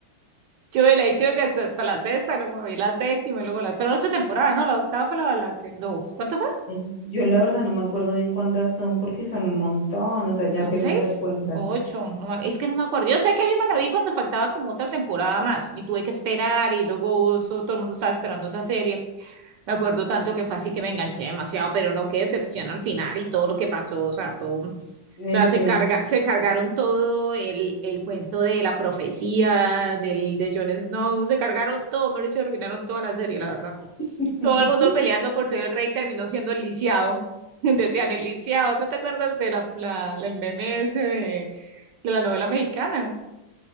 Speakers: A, on the right (about 75°); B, on the left (about 50°).
A: Yo de ahí creo que hasta, hasta la sexta, luego me vi la séptima, y luego la... Fueron ocho temporadas, ¿no? La octava fue la, la que... No, ¿cuántas
B: <laughs> Ay, Yo la verdad no me acuerdo bien cuántas son, porque son un montón, o sea, ya
A: ¿Son
B: pierdes
A: seis?
B: la cuenta.
A: o Ocho, no ma- es que no me acuerdo. Yo sé que a mí me la vi cuando faltaba como otra temporada más y tuve que esperar y luego eso, todo el mundo estaba esperando esa serie. Me acuerdo tanto que fue así que me enganché demasiado, pero no, qué decepción al final y todo lo que pasó, o sea, todo, o
B: Este.
A: sea, se carga, se cargaron todo el, el cuento de la profecía del, de Jon Snow, se cargaron todo, me lo dicho arruinaron toda la serie, la verdad.
B: <laughs>
A: Todo el mundo peleando por ser el rey terminó siendo el lisiado. <laughs> Decían el lisiado, ¿tú te acuerdas de la, la, la- el meme ese de, de la novela mexicana?